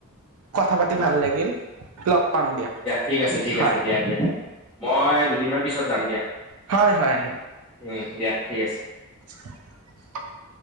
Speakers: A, on the right; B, in the centre.
A: কথা পাতি
B: অ
A: ভাল লাগিল লগ পাম দিয়া
B: ঠিক আছে ঠিক
A: হয়।
B: আছে দিয়া দিয়া মই দুদিনমান পিছত যাম দিয়া,
A: হয় হয় আহিবা
B: উম দিয়া, ঠিক আছে।
A: <unintelligible>